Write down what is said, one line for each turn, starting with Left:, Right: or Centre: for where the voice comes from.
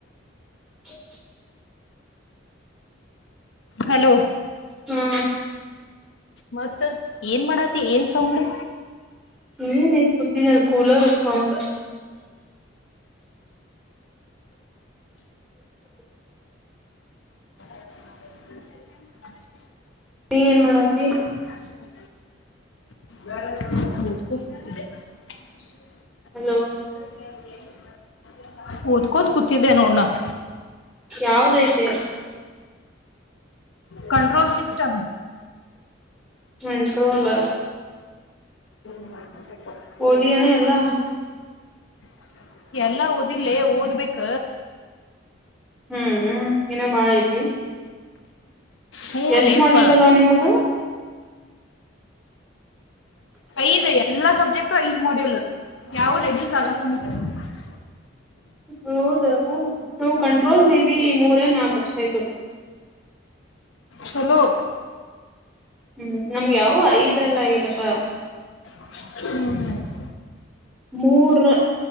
Centre: <unintelligible>
Left: ಹಲೋ
Centre: ಹಾ
Left: ಮತ್ತ ಏನ್ ಮಾಡತಿ ಏನ್ ಸೌಂಡು.
Centre: ಏನ್ ಏನ್ ಕುತೀನಿಲ್ ಅದು ಕೂಲರ್ ಹಚಕೊಂಡು.
Left: <unintelligible>
Centre: ನೀ ಏನ್ ಮಾಡತಿ.
Left: <unintelligible> ಕುಕ್ಕುತ್ತಿದೆ <unintelligible>
Centre: ಹಲೋ
Left: ಓದ್ಕೋತ್ ಕುೂತಿದ್ದೇ ನೋಡ್ ನಾನ್
Centre: ಯಾವ್ದ್ ಐತೆ.
Left: Control system.
Centre: ಕಂಟ್ರೋಲ್
Left: ಹ್ಮ
Centre: ಓದಿಯನ ಎಲ್ಲಾ
Left: <unintelligible> ಎಲ್ಲಾ ಓದಿಲ್ಲೆ ಓದ್ಬೇಕ.
Centre: ಹ್ಮ್ ಹ್ಮ್ ಏನ ಭಾಳ ಐತಿ.
Left: ಹ್ಞೂ
Centre: ಎಷ್ಟ್
Left: ಲೇಪ
Centre: ಮಾಡ್ಯುಲ್ ಅದ ನಿಮ್ಗ.
Left: ಐದು ಎಲ್ಲಾ ಸಬ್ಜೆಕ್ಟು ಐದ್ ಮಡುಲ್ಲು. ಯಾವ್ದು ರೆಡೂಸ್ ಆಗಲ್ಲ <unintelligible>
Centre: ಹೌದಾ ನಾವು ಕಂಟ್ರೋಲ್ ಮೇ ಬಿ ಮೂರನ್ ನಾಕು ಅಷ್ಟ ಇದ್ದು.
Left: ಚಲೋ
Centre: ಹ್ಮ್ ನಮ್ಗೆ ಯಾವ್ದ್ ಐದಲ್ಲ ಇಲ್ಲಪ.
Left: ಹ್ಮ್
Centre: ಮೂರು